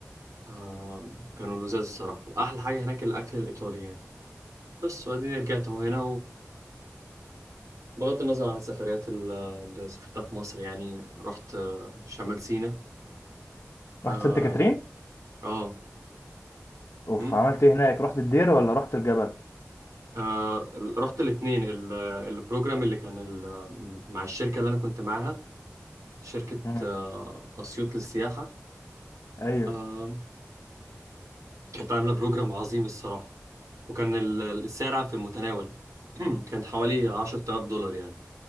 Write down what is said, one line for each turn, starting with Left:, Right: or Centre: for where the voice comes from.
Right: آم، كانوا لذاذ الصراحة وأحلى حاجة هناك الأكل الإيطالي يعني بس وبعدين رجعت أهو هنا بغض النظر عن السفريات ال- اللي سافرتها في مصر يعني رحت آه، شمال سيناء اه
Left: رحت سانت كاترين؟
Right: اه
Left: اوف
Right: مم.
Left: عملت ايه هناك؟ رحت الدير ولا رحت الجبل؟
Right: آه، رحت الاثنين البروجرام اللي كان ال- مع الشركة اللي انا كنت معاها شركة
Left: امم
Right: آه، اسيوط للسياحة
Left: ايوه
Right: آه، كانت عاملة بروجرام عظيم الصراحة وكان ال- السعر في المتناول <clears throat> كانت حوالي 10000 دولار يعني